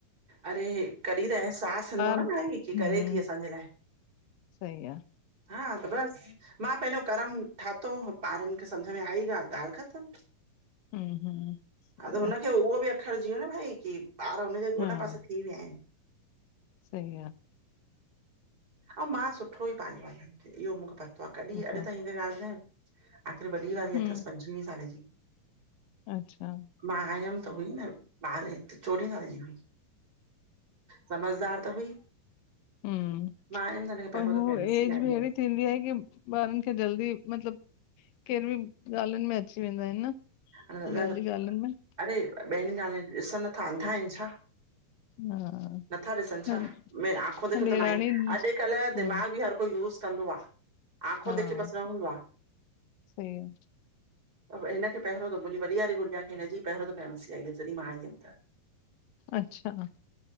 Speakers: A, on the right; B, on the left.
A: अरे कॾहिं त अहसास थींदो न
B: हम्म
A: भाई की करे ती असांजे लाए।
B: सही आ।
A: हा त बस मां पंहिंजो कर्म ठातो ॿारनि खे सम्झ में आई ॻाल्हि ॻाल्हि ख़तम-
B: हम्म हम्म सही
A: हा त हुनखे
B: है
A: उहो बि अखरजी वियो न भाई की- ॿार हुननजे
B: हाँ
A: हुन पासे थी विया आहिनि-
B: सही आ।
A: अं मां सुठो ई पालियो आ हिन्न खे। इहो मूंखे पतो आहे। कॾहिं
B: ऐसा
A: अॼु ताईं हिक ॻाल्ह बुधायांव। आखिर वॾी वारी
B: हम्म
A: अथस पंझवीयं साले जी।
B: अच्छा
A: मां आयमि त हुई न ॿारहें चोॾहें साल जी हुई। समझदार त हुई।
B: हूं।
A: मां आयमि त हिनखे
B: पर
A: पहिरियों
B: हू
A: दफ़ो एम
B: एज
A: सी आई
B: बि
A: हुयसि
B: एढ़ी थींदी आहे की ॿारन खे जल्दी मतलब केजी बि ॻाल्हियुनि में अची वेंदा आहिनि न।
A: े न
B: ॿियनि जी ॻाल्हियुनि में
A: अरे ॿेन ॻाल्हिन मे ॾिसन नथा अंधा आहिन छा?
B: हा
A: नथा ॾिसन छा?
B: न
A: मेन आखो देखी
B: ॾेराणी
A: अॼकल्ह दिमाग़
B: हा
A: बि हर कोई। यूज़ कंदो आ। आखो
B: हा
A: देखी बस न हूंदो आ।
B: सही आ।
A: हिनखे पहिरों दफो मुंहिंजी वॾी वारी गुड़िया खे हिनजी पहिरो दफो ऐम सी आई आ। जॾहिं मां आई हुयम त।
B: अच्छा।